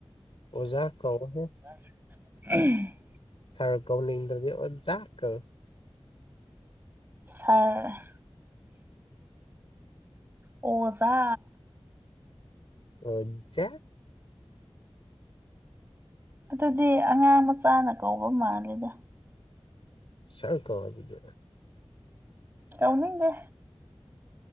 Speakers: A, on the left; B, on the right.
A: ꯑꯣꯖꯥ ꯀꯧꯍꯦ
B: <unintelligible>
A: ꯁꯥꯔ ꯀꯧꯅꯤꯡꯗꯔꯥꯗꯤ ꯑꯣꯖꯥ ꯀꯧ
B: ꯁꯥꯔ ꯑꯣꯖꯥ
A: ꯑ‌ꯣꯖꯥ
B: ꯑꯗꯨꯗꯤ ꯑꯉꯥꯡ ꯃꯆꯥꯅ ꯀꯧꯕ ꯃꯥꯜꯂꯦꯗ
A: ꯁꯥꯔ ꯀꯧ ꯑꯗꯨꯗꯤ
B: ꯇꯧꯅꯤꯗꯦ